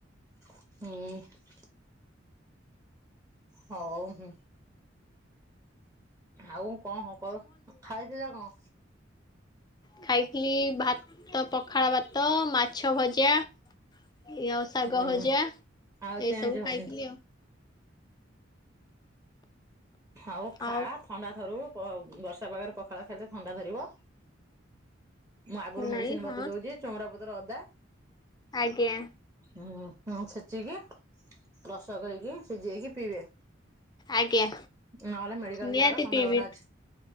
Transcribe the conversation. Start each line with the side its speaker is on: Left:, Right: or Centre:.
Right: ହୁଁ। ହଉ ହୁଁ। ଆଉ କଣ ହ କର ଖାଇଥିଲ କଣ?
Left: ଖାଇଥିଲି ଭାତ ପଖାଳ ଭାତ ମାଛ ଭଜା ଏୟା ଆଉ ଶାଗ
Right: ହୁଁ
Left: ଭଜା
Right: ଆଉ ଚେଞ୍ଜ
Left: ଏସବୁ
Right: ହଉନି
Left: ଖାଇଥିଲି ଆଉ।
Right: ହଉ ଖା
Left: ଆଉ
Right: ଥଣ୍ଡା ଧରୁ ବ ବର୍ଷା ପାଗରେ ପଖାଳ ଖାଇଲେ ଥଣ୍ଡା ଧରିବ। ମୁଁ ଆଗରୁ
Left: ନାଇଁ
Right: ମେଡିସିନ
Left: ହଁ
Right: ବତେଇ ଦଉଚି ଚଉଁରାପତର ଅଦା
Left: ଆଜ୍ଞା।
Right: ହୁଁ, ହୁଁ, ଛେଚିକି ରସ କରିକି ସିଝେଇକି ପିଇବେ।
Left: ଆଜ୍ଞା।
Right: ନହେଲେ ମେଡିକାଲ
Left: ନିହାତି
Right: ଯିବାର ସମ୍ଭାବନା
Left: ପିଇବି,
Right: ଅଛି